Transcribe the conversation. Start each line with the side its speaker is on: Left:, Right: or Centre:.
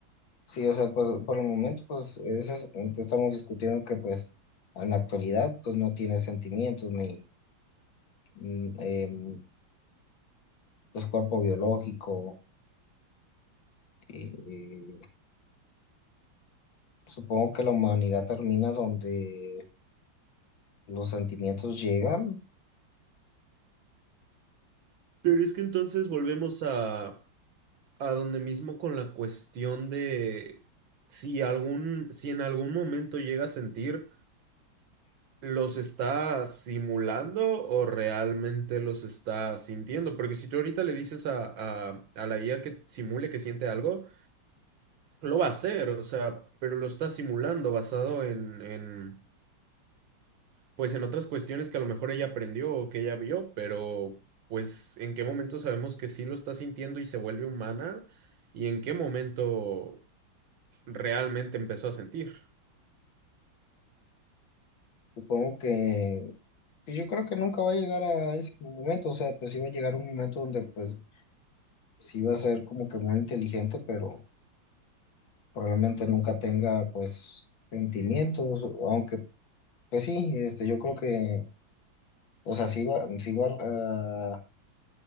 Left: sí, o sea, pues por el momento, pues eso es- este, estamos discutiendo que pues en la actualidad pues no tiene sentimientos ni mm, em, pues cuerpo biológico. eh, supongo que la humanidad termina donde los sentimientos llegan.
Right: Pero es que entonces volvemos a, a donde mismo con la cuestión de si algún, si en algún momento llega a sentir, ¿los está simulando o realmente los está sintiendo? Porque si tú ahorita le dices a, a, a la IA que simule que siente algo, lo va a hacer, o sea, pero lo está simulando basado en, en pues en otras cuestiones que a lo mejor ella aprendió o que ella vio, pero pues en qué momento sabemos que sí lo está sintiendo y se vuelve humana y en qué momento realmente empezó a sentir.
Left: Supongo que pues, yo creo que nunca va a llegar a ese momento, o sea, pues sí va a llegar un momento donde pues sí va a ser como que muy inteligente, pero probablemente nunca tenga pues sentimientos, aunque pues sí, este, yo creo que, o sea, sí va, sí va ah,